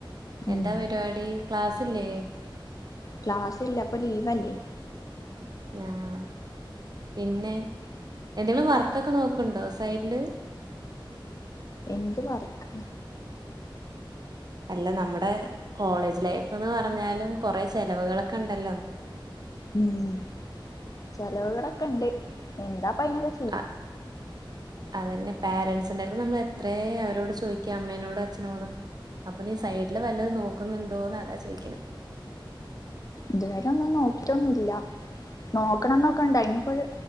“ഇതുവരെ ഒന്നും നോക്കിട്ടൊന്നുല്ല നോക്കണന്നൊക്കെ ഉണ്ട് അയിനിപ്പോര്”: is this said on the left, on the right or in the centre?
Left